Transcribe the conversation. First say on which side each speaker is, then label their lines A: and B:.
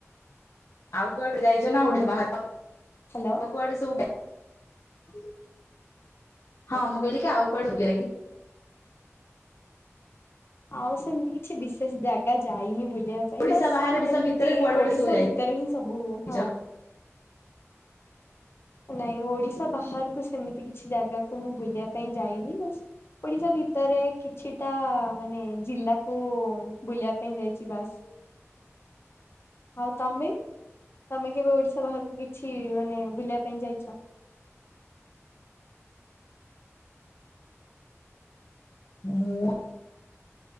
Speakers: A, on the left; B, on the left.
A: ଆଉ କୁଆଡେ ଯାଇଚ ନା ଓଡ଼ିଶା ବାହାର?
B: ହ୍ୟାଲୋ।
A: ଆଉ କୁଆଡେ ସବୁ। ହଁ ମୁଁ କହିଲି କି ଆଉ କୁଆଡେ
B: ଆଉ ସେମିତି କିଛି ବିଶେଷ ଜାଗା ଯାଇନି ବୁଲିବା ପାଇଁ।
A: ଓଡିଶା
B: ବାସ୍
A: ବାହାରେ ଓଡିଶା
B: ଏମତି
A: ଭିତରେ କୁଆଡେ କୁଆଡେ
B: ଓଡିଶା
A: ସବୁ
B: ଭିତ ଭିତରେ ହିଁ ସବୁ
A: ଯାଇଛ
B: ହଁ। ନାଇଁ ଓଡିଶା ବାହାରକୁ ସେମିତି କିଛି ଜାଗାକୁ ମୁଁ ବୁଲିବା ପାଇଁ ଯାଇନି ବାସ୍। ଓଡିଶା ଭିତରେ କିଛିଟା ମାନେ ଜିଲ୍ଲାକୁ ବୁଲିବା ପାଇଁ ଯାଇଛି ବାସ୍।
A: <inaudible>
B: ଆଉ ତମେ? ତମେ କେବେ ଓଡିଶା ବାହାରକୁ କିଛି ମାନେ ବୁଲିବା ପାଇଁ ଯାଇଛ?
A: ମୁଁ।